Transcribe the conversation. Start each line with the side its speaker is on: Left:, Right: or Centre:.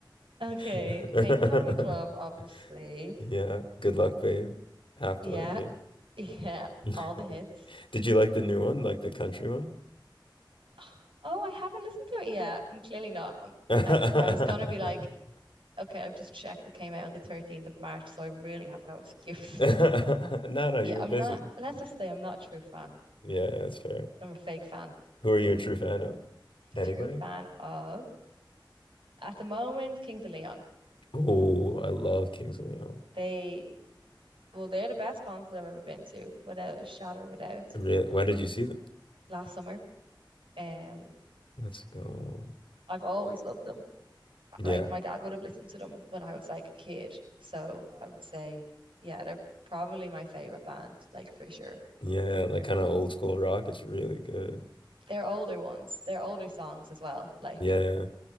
Right: Okay,
Left: <laughs>
Right: Pink Pony Club, obviously.
Left: Yeah. Good luck, babe. Have
Right: Yeah.
Left: to like it.
Right: Yeah,
Left: <laughs>
Right: all the hits.
Left: Did you like the new one, like the country one?
Right: <sighs> Oh, I haven't listened to it yet. I'm clearly not. Um,
Left: <laughs>
Right: And I was gonna be like, okay, I've just checked. It came out on the 13th of March, so I really have no excuse. <laughs>
Left: No, no, you
Right: Yeah, I'm
Left: were busy.
Right: not. Let's just say I'm not a true fan.
Left: Yeah, that's fair.
Right: I'm a fake fan.
Left: Who are you a true fan of? Anybody?
Right: True fan of at the moment Kings of Leon.
Left: Oh, I love Kings of Leon.
Right: They well, they're the best concert I've ever been to, without a shadow of a doubt.
Left: Really? When did you see them?
Right: Last summer, um,
Left: Let's go.
Right: I've always loved them.
Left: Yeah.
Right: like my dad would have listened to them when I was like a kid. So I would say, yeah, they're probably my favorite band, like for sure.
Left: Yeah, like kind of old school rock. It's really good.
Right: They're older ones, they're older songs as well. Like
Left: Yeah. yeah.